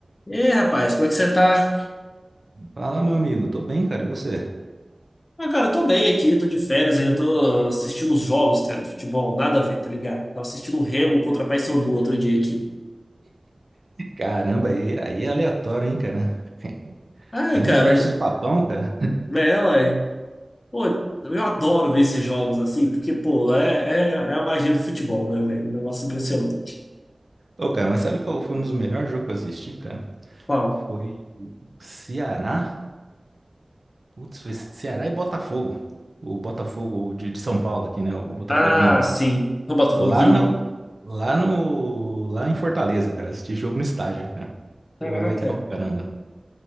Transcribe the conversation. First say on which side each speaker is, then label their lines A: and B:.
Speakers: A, on the left; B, on the right.
A: E aí, rapaz, como é que você tá?
B: Fala, meu amigo. Tô bem, cara. E você?
A: Ah, cara, eu tô bem aqui, tô de férias aí, eu tô assistindo os jogos, cara, de futebol, nada a ver, tá ligado? Tava assistindo o Remo contra a Paysandu outro dia aqui.
B: Caramba, aí, aí é aleatório, hein, cara? Re-
A: Ah,
B: Remo
A: cara,
B: versus Papão, cara.
A: é, ué. Pô, eu adoro ver esses jogos assim, porque, pô, é, é, é a magia do futebol, né, velho? Um negócio impressionante.
B: Ô, cara, mas sabe qual foi um dos melhores jogos que eu assisti, cara?
A: Qual?
B: Foi Ceará. Putz, foi Ceará e Botafogo. O Botafogo de, de São Paulo aqui, né? O Botafoguinho.
A: Ah, sim, o Botafoguinho.
B: Lá no. Lá no. Lá em Fortaleza, cara. Assisti jogo no estádio, cara. Pô,
A: Caraca,
B: legal pra caramba.